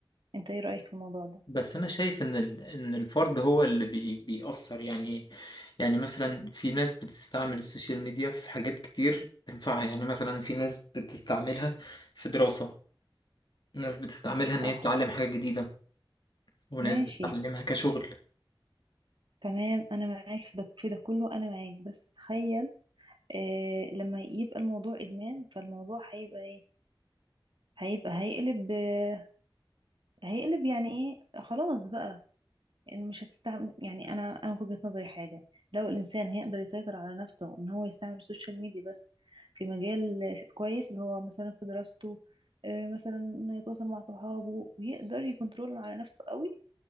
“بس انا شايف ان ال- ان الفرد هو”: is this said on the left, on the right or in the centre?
Left